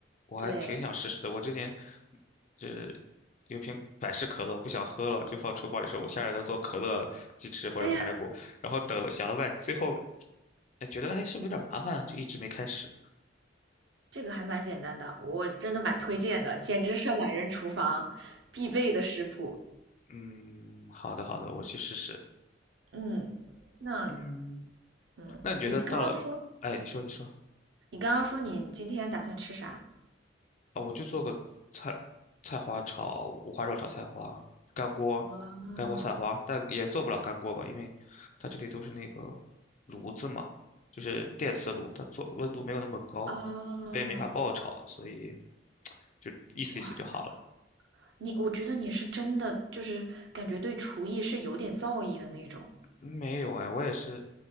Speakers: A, on the left; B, on the right.
A: 我还挺想试试的。
B: 对，
A: 我之前就是有瓶百事可乐，不想喝了，就放厨房里说，我下来要做可乐鸡翅或者排骨，
B: 对呀，
A: 然后等了想了半，最后哎觉得哎是不是有点麻烦啊，就一直没开始。
B: 这个还蛮简单的，我真的蛮推荐的，简直是懒人厨房必备的食谱。
A: 嗯，好的好的，我去试试。
B: 嗯，那
A: 嗯，
B: 嗯，
A: 那你觉得到了，
B: 你刚刚说
A: 哎，你说你说
B: 你刚刚说你今天打算吃啥？
A: 啊，我就做个菜菜花炒五花肉炒菜花，干锅干锅菜花，
B: 啊
A: 但也做不了干锅吧，因为它这里都是那个炉子嘛，就是电磁炉，它做温度没有那么高，
B: 啊，
A: 所以没法爆炒，所以就意思意思就好了。
B: 哇塞！你我觉得你是真的就是感觉对厨艺是有点造诣的那种，
A: 没有哎，我也是，